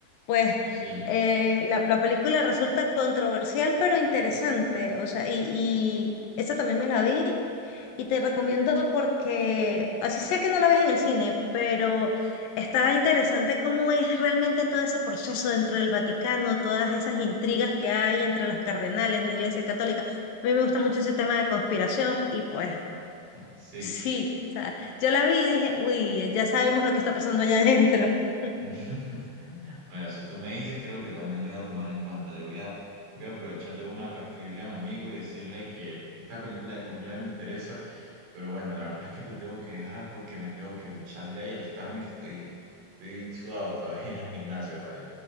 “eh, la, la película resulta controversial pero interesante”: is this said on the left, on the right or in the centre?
Left